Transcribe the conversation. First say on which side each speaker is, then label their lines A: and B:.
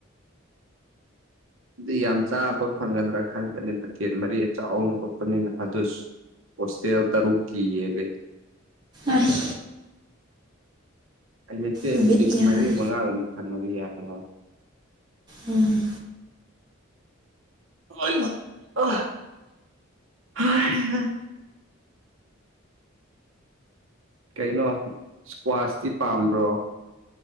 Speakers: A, on the right; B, on the right.
A: ꯑꯗꯨ ꯌꯥꯝ ꯆꯥꯕ ꯐꯪꯒꯗ꯭ꯔꯥ ꯈꯟꯕꯅꯦ ꯕꯀꯦꯠ ꯃꯔꯤ ꯆꯥꯎꯅ ꯈꯣꯠꯄꯅꯤꯅ ꯑꯗꯨꯁꯨ ꯍꯣꯁꯇꯦꯜ ꯇꯔꯨꯛꯀꯤ ꯌꯦꯜꯂꯦ
B: ꯑꯁ
A: ꯑꯩ ꯂꯩꯆꯦ
B: ꯑ ꯕꯤꯠ
A: ꯄꯤꯁ
B: ꯌꯥꯏ
A: ꯃꯔꯤ ꯃꯉꯥꯒꯨꯝꯕ ꯐꯪꯉꯥꯗꯤ ꯌꯥꯔꯦ
B: ꯎꯝ
A: <inaudible> ꯀꯩꯅꯣ ꯏꯁꯀ꯭ꯋꯥꯁꯇꯤ ꯄꯥꯝꯕ꯭ꯔꯣ